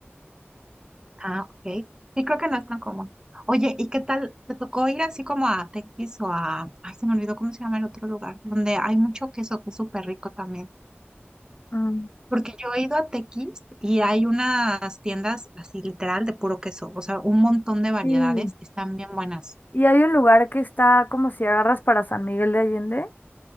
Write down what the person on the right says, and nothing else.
Ah, ok. Sí, creo que no es tan común. Oye, ¿y qué tal? ¿Te tocó ir así como a Tequis o a... Ay, se me olvidó cómo se llama el otro lugar, donde hay mucho queso que es súper rico también.
Porque yo he ido a Tequis y hay unas tiendas así literal de puro queso, o sea, un montón de variedades,
están bien buenas.